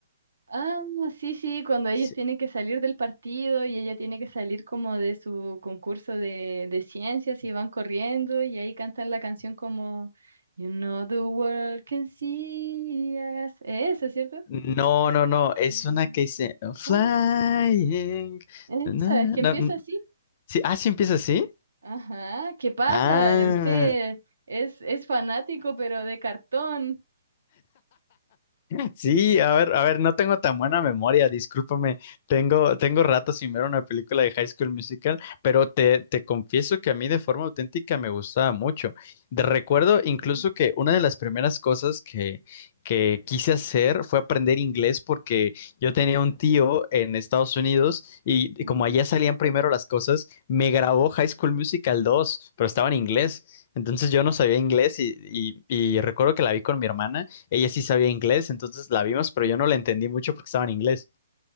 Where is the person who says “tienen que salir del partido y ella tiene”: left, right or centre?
Right